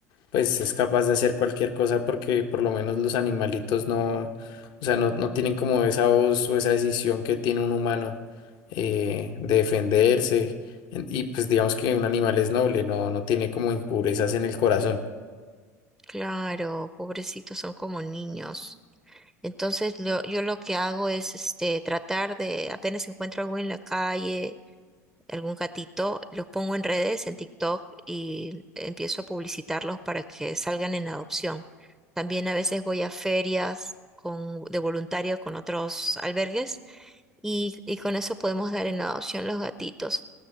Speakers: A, on the left (about 55°); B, in the centre.
A: pues es capaz de hacer cualquier cosa porque por lo menos los animalitos no, o sea, no, no tienen como esa voz o esa decisión que tiene un humano eh, de defenderse. En- Y pues digamos que un animal es noble, no, no tiene como impurezas en el corazón.
B: Claro, pobrecitos, son como niños. Entonces lo- yo lo que hago es este tratar de, apenas encuentro algo en la calle, algún gatito, los pongo en redes, en TikTok y empiezo a publicitarlos para que salgan en adopción. También a veces voy a ferias con, de voluntario con otros albergues y, y con eso podemos dar en adopción los gatitos.